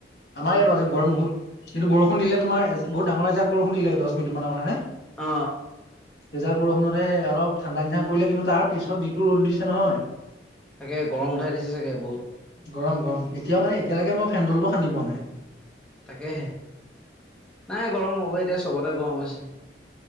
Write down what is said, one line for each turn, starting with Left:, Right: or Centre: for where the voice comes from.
Left: আমাৰ ইয়াত আজি গৰম বহুত কিন্তু বৰষুণ দিলে তোমাৰ বহুত ডাঙৰ এজাক বৰষুণ দিলে দছ মিনিত মানৰ কাৰণে।
Centre: অ
Left: এজাক বৰষুণতে অলপ ঠাণ্ডা নিণ্ডা কৰিলে, কিন্তু তাৰ পিছত যিটো ৰ'দ দিছে নহয়
Centre: তাকে গৰম উঠাই দিছে চাগে বহুত
Left: গৰম-গৰম এতিয়াও মানে এতিয়ালৈকে মই ফেণ্ডলটো খান্দি পোৱা নাই।
Centre: তাকে হে নাই গৰম হ'ব এতিয়া চবতে গৰম হৈছে।